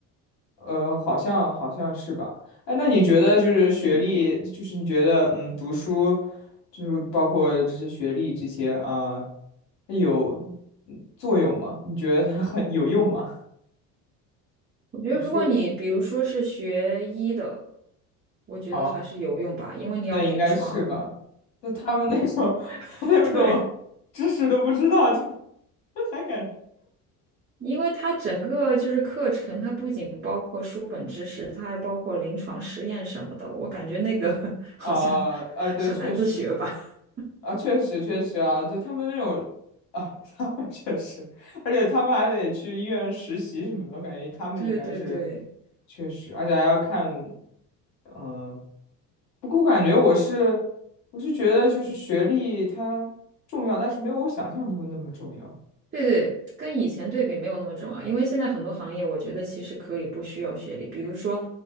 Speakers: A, on the left; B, on the right.
A: 呃，好像好像是吧？哎，那你觉得就是学历，
B: 嗯。
A: 就是你觉得嗯，读书，就是包括这些学历这些啊，呃它有嗯作用吗？你觉得它很 <laughs> 有用吗？
B: 我觉得，
A: 读书，
B: 如果你比如说是学医的，我觉得还是有用吧，
A: 哦，
B: 因为你要临床，
A: 那应该是吧？那他们那种，<laughs>
B: <laughs>
A: 他们那种知识都不知道，
B: 对，
A: 就 <laughs> 还敢
B: 因为它整个就是课程，它不仅包括书本知识，它还包括临床实验什么的。我感觉那个 <laughs> 好像
A: 啊啊，呃对，
B: 很难自学吧。
A: 确实。
B: <laughs>
A: 啊，确实确实啊，对他们那种啊，<laughs> 他们确实，而且他们还得去医院实习什么的，我感觉他们应该是
B: 对对对，
A: 确实，而且还要看，嗯、不过我感觉我是我是觉得就是学历它重要，
B: 嗯，
A: 但是没有我想象中的那么重要。
B: 对对，跟以前对比没有那么重要，因为现在很多行业，我觉得其实可以不需要学历。比如说，